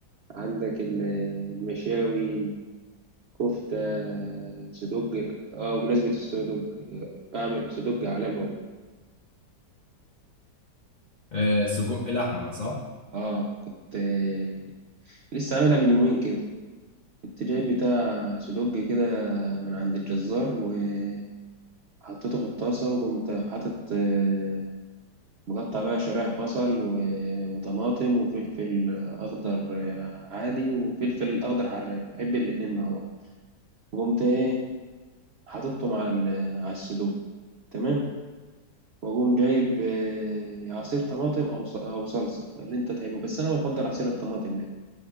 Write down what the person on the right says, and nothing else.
عندك ال- المشاوي كفته صدق اه بمناسبه الصدق بعمل صدق عالمي والله
اه كنت آه، لسه عاملها من يومين كده كنت جايب بتاع صدق كده من عند الجزار وحطيته في الطاسه وقمت حاطط آه، مقطع بقى شرايح بصل و- وطماطم وفلفل أخضر آه، عادي وفلفل أخضر حراق بحب الاتنين مع بعض وقمت إيه حاططهم على ال- على السدوق تمام وأقوم جايب آه، عصير طماطم أو ص- أو صلصة اللي أنت تحبه بس أنا بفضل عصير الطماطم يعني